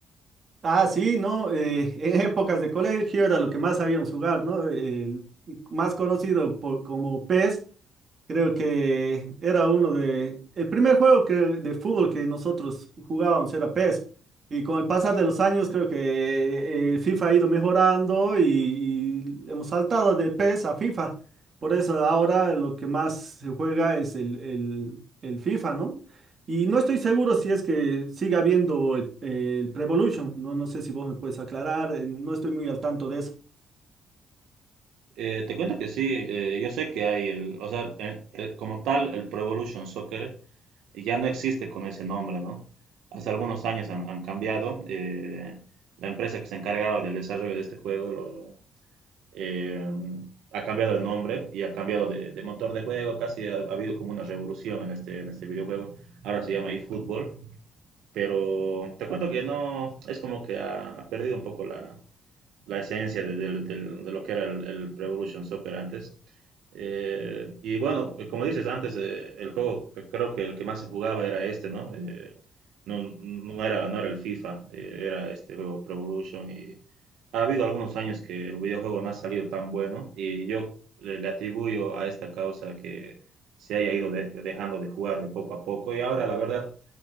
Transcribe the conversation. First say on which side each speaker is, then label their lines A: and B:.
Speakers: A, on the right; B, on the right.
A: Ah, sí, ¿no? Eh, en épocas de colegio era lo que más sabíamos jugar, ¿no? El más conocido por- como PES, Creo que era uno de... El primer juego que, de fútbol que nosotros jugábamos era PES. Y con el pasar de los años creo que eh, el FIFA ha ido mejorando y, y hemos saltado de PES a FIFA. Por eso ahora lo que más se juega es el, el- el FIFA, ¿no? Y no estoy seguro si es que sigue habiendo el, el evolution No, no sé si vos me puedes aclarar. eh, No estoy muy al tanto de eso.
B: Eh, te cuento que sí, eh, yo sé que hay el, o sea, el- el- como tal, el Pro Evolution Soccer ya no existe con ese nombre, ¿no? Hace algunos años han, han cambiado. eh, la empresa que se encargaba del desarrollo de este juego lo, eh, ha cambiado de nombre y ha cambiado de, de motor de juego. Casi ha, ha habido como una revolución en este, en este videojuego. Ahora se llama eFootball. pero te cuento que no, es como que ha, ha perdido un poco la, la esencia de, de- del- de lo que era el, el Pro Evolution Soccer antes. Eh, y bueno, eh, como dices antes, eh, el juego que creo que el que más se jugaba era este, ¿no? Eh, no, no era, no era el FIFA, eh, era este juego Pro Evolution y ha habido algunos años que el videojuego no ha salido tan bueno y yo le, le atribuyo a esta causa que se haya ido de- dejando de jugar de poco a poco y ahora la verdad